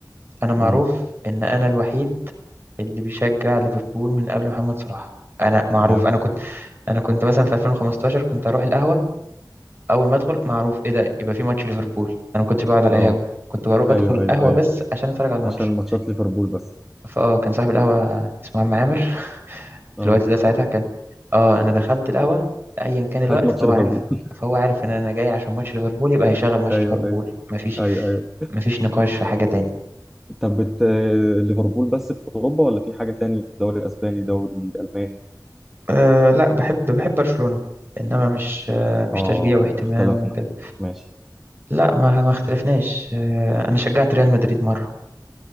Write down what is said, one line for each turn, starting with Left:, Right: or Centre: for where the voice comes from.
Right: انا معروف
Centre: امم
Right: ان انا الوحيد اللي بيشجع ليفربول من قبل محمد صلاح انا معروف
Centre: جامد
Right: انا كنت انا كنت مثلا في 2015 كنت اروح القهوه اول ما ادخل معروف ايه ده يبقى في ماتش ليفربول انا ما كنتش بقعد على
Centre: أه
Right: قهاوي كنت بروح بدخل
Centre: أيوه
Right: القهوه
Centre: أيوه أيوه
Right: بس عشان اتفرج على الماتش
Centre: عشان ماتشات ليفربول بس
Right: فاه كان صاحب القهوه اسمه عم عامر <laughs> في
Centre: أه
Right: الوقت ده ساعتها كان اه انا دخلت القهوه ايا كان الوقت
Centre: هات ماتش
Right: فهو
Centre: ليفربول
Right: عارف
Centre: <laughs>
Right: فهو عارف ان انا جاي عشان ماتش ليفربول يبقى هيشغل ماتش
Centre: أيوه
Right: ليفربول
Centre: أيوه
Right: مفيش
Centre: أيوه أيوه
Right: مفيش نقاش في حاجه تاني
Centre: طب بت... ليفربول بس في أوروبا ولا في حاجة تاني الدوري الأسباني الدوري الألماني
Right: أه لا بحب بحب برشلونة انما مش أه مش
Centre: آه
Right: تشجيع واهتمام
Centre: اختلفنا
Right: وكده
Centre: ماشي
Right: لا ما ما اختلفناش أه انا شجعت ريال مدريد مرة